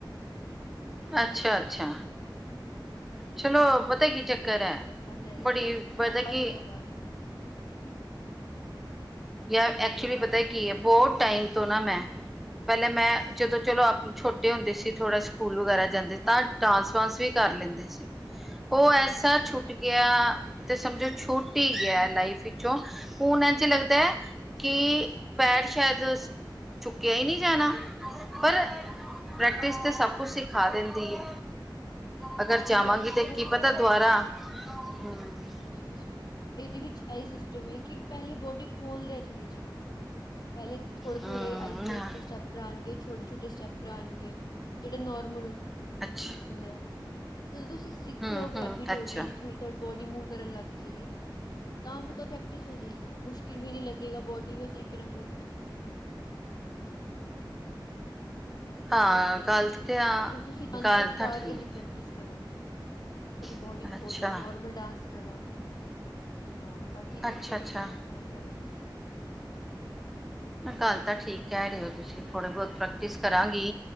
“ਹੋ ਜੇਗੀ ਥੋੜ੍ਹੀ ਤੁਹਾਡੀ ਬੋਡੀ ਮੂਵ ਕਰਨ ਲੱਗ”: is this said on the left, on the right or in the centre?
Left